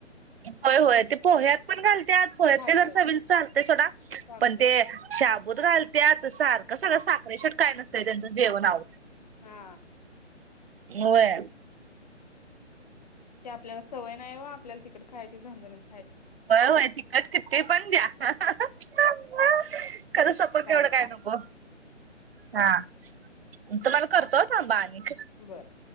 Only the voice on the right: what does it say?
होय होय ते पोह्यात पण घाल त्यात पोह्यात
ते जर चवीला चालतंय थोडा
पण ते
साबूत घाल त्यात सारखं सगळं साखरे शट काय नसतं त्यांचं जेवण आवो.
हे वय
होय होय तिखट किती पण द्या, हा हा हा खरंच सपक
एवढं काय नको, हा. तुम्हाला करतो थांबा आणि